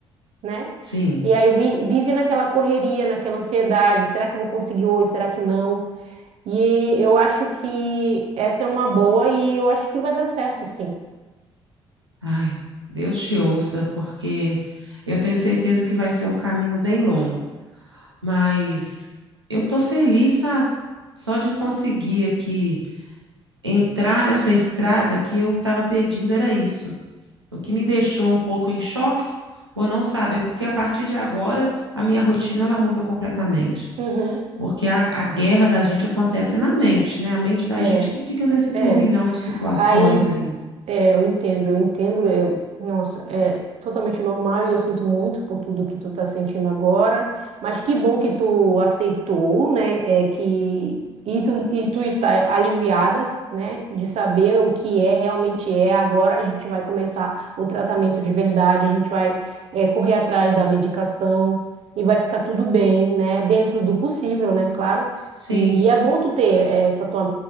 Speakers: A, on the right (about 50°); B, on the right (about 85°).
A: né?
B: sim.
A: E aí vi- vive naquela correria, naquela ansiedade, será que eu vou conseguir hoje, será que não? E eu acho que essa é uma boa e eu acho que vai dar certo, sim.
B: Ai, Deus te ouça, porque eu tenho certeza que vai ser um caminho bem longo. Mas eu tô feliz, sabe? Só de conseguir aqui entrar nessa estrada que eu estava pedindo era isso. o que me deixou um pouco em choque por não saber, é porque a partir de agora a minha rotina ela muda completamente.
A: Uhum,
B: Porque a, a guerra da gente acontece na mente, né? A mente da
A: é,
B: gente que fica nesse turbilhão
A: é.
B: de situações
A: Aí
B: aí.
A: É, eu entendo, eu entendo. É, nossa, é totalmente normal e eu sinto muito por tudo que tu tá sentindo agora. Mas que bom que tu aceitou, né? É que e tu, e tu está aliviada, né? De saber o que é realmente é. Agora a gente vai começar o tratamento de verdade. A gente vai é, correr atrás da medicação e vai ficar tudo bem, né? Dentro do possível, né? Claro.
B: Sim,
A: E, é bom tu ter essa tua,